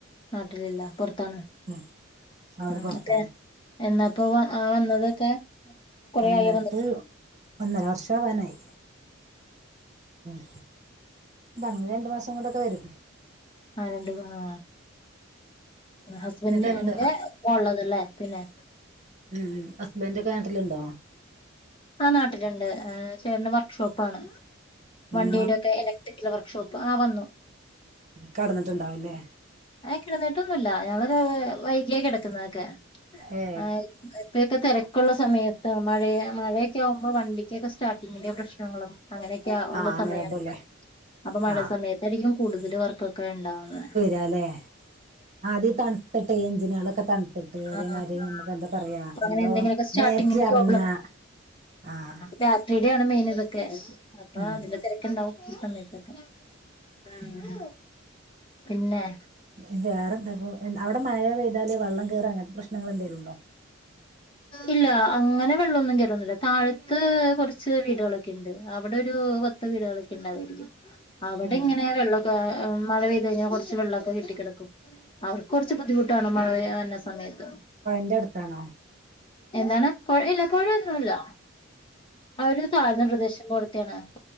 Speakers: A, on the left; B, on the right.
A: നാട്ടിലില്ല പൊറത്താണ്
B: ഉം അവര്
A: ഉം
B: പുറത്താണ്
A: ഓക്കെ എന്നാപോയെ ആ വന്നതൊക്കെ കൊറേ
B: വന്നിട്ട്
A: ആയോ
B: ഒന്നര വർഷം ആവാനായി ഉം നാ മൂ രണ്ടു മാസം കൊണ്ടൊക്കെ വരും
A: ആ രണ്ട് മൂന്ന് ഉം ഹസ്ബെൻഡിന്റെ
B: എന്നിട്ട് അങ്ങോട്ട്
A: ഉപ്പ ഉള്ളതല്ലേ പിന്നെ
B: ഉം ഹസ്ബന്റ് നാട്ടിലുണ്ടോ
A: ആ നാട്ടിലുണ്ട് ചേട്ടന് വർക്ക്ഷോപ്പാണ്
B: ഉം
A: വണ്ടിയുടെ ഒക്കെ ഇലക്ട്രിക്കൽ വർക്ക്ഷോപ്പ് ആ വന്നു
B: കെടന്നി ട്ടുണ്ടാവില്ലേ
A: ആ കിടന്നിട്ടൊന്നു ഇല്ല ഞങ്ങള് വേ വൈകിയ കിടക്കുനേത് ക്കെയാ
B: ഏ
A: ആ ഇപ്പൊക്കെ തേരാ ഒക്കുള്ള സമയത്ത് മഴയ മഴയൊക്കെ ആവുമ്പോ വണ്ടി ക്കെ സ്റ്റാർട്ടിങ്ങിന്റെ പ്രശ്നങ്ങളും അങ്ങനെയൊക്കെ ഉള്ള
B: ആ
A: സമയണ
B: അങ്ങനെ പോലേ
A: ഇപ്പൊ അപ്പം മഴ
B: ആ
A: സമയത്തായിരിക്കും കൂടുതല് വർക്ക് ക്കെ ഉണ്ടാവുന്നെ
B: <unintelligible> ആദ്യം തണുത്തിട്ടേ എഞ്ചിനേളൊക്കെ തണുത്തിട്ട് അതേമായ്രി
A: ആഹ്
B: നമുക്ക് എന്താ പറയാ
A: അപ്പൊ അങ്ങനെ
B: എന്തോ
A: എന്തെങ്കിലുമൊക്കെ സ്റ്റാർട്ടിങ്ങിന്റെ
B: ബാറ്ററി എർങ്ങാ
A: പ്രോബ്ലം
B: ആഹ്
A: ബാറ്ററിയുടെ ആണ് മെയിൻ ഇതൊക്കെ അപ്പൊ
B: ഉം
A: അതിന്റെ തിരക്കുണ്ടാവും ഈ സമയത്തൊക്കെ ആഹ് പിന്നെ
B: ഇത് വേറെ എന്താക്കും അവിടെഴ പെയ്താ വള്ളം കയറ് അങ്ങനത്തെ പ്രശ്നങ്ങ എന്തെലും ഉണ്ടോ?
A: ഇല്ല അങ്ങനെ വെള്ളൊന്നും കയറുന്നില്ല താഴത്ത് കുറച്ച് വീടുകളൊക്കെ ഉണ്ട് അവിടെ ഒരു പത്ത് വീടുകളൊക്കെ ഉണ്ടതായിരിക്കും അവിടെ
B: ഉം
A: ഇങ്ങനെ വെള്ളക്ക മഴ പെയ്ത് കഴിഞ്ഞാൽ കുറച്ച് വെള്ളമൊക്കെ കെട്ടിക്കിടക്കും അവർക്ക് കുറച്ച് ബുദ്ധിമുട്ടാണ് മഴെ സമയത്ത്
B: ന്റെ അടുത്താണോ?
A: എന്താണ് പുഴ ഇല്ല പുഴൊ ഒന്നുമില്ലോ അവര് താഴ്ന്ന പ്രദേശം പോലത്തയാണ്